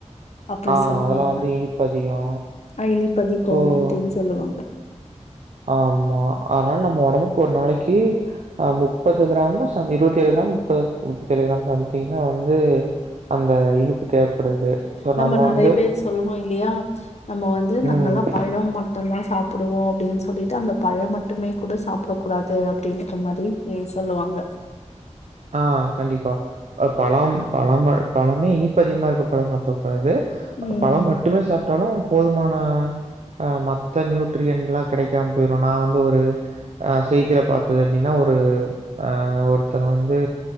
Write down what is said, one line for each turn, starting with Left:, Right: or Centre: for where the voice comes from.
Left: அப்டி
Right: ஆ
Left: சொல்லுவாங்க
Right: அதெல்லா வந்து இனிப்பு அதிகோ
Left: ஐனி பதிக்கு
Right: சோ
Left: அப்டின் சொல்லுவாங்க
Right: ஆமா அதனால நம்ம ஒடம்புக்கு ஒரு நாளைக்கு ஆஹ் மு முப்பது கிராமு சம் இருவத்தேழு கிராம் முப்ப முப்பத்தேழு கிராம் சம்திங்னா வந்து அந்த இனிப்பு தேவைப்படுது. ஸோ
Left: நம்ம நறைய
Right: வந்து
Left: பேர் சொல்லுவோ இல்லையா நம்ம வந்து நாங்கல்லா
Right: ம்.
Left: பழோம் மட்டுந்தா சாப் புடுவோ அப்டின் சொல்லிட்டு அந்த பழம் மட்டுமே கூட சாப்ட கூடாது அப்டீன்ற மாரி சொல்லுவாங்க
Right: ஆஹ் கண்டிப்பா அ பழம் பழம பழமே இனிப்பதிகமா இருக்க பழம் சாப்டக் கூடாது
Left: ம்.
Right: பழம் மட்டுமே சாப் ட்டாலு போதுமான அஹ் மத்த நியூட்ரியன்லா கெடைக்காம போயிரு நா வந்து ஒரு ஆஹ் செய்தில பாத்தது எப்டின்னா ஒ ஒரு ஆஹ் ஒருத்தங்க வந் து